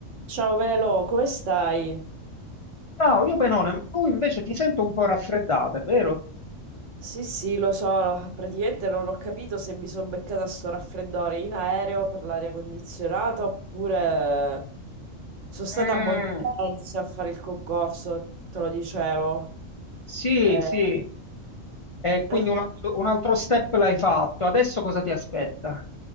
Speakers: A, on the right; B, on the left.
A: Ciao Velo, come stai?
B: Ciao, io Benone, ma tu invece ti sento un po' raffreddata, è vero?
A: Sì, sì, lo so, praticamente non ho capito se mi sono beccata sto raffreddore in aereo per l'aria condizionata oppure sono stata
B: Mm,
A: a Montenzio a fare il concorso, te lo dicevo.
B: sì,
A: Eh,
B: sì, e quindi
A: eh,
B: un altro, un altro step l'hai fatto. Adesso cosa ti aspetta?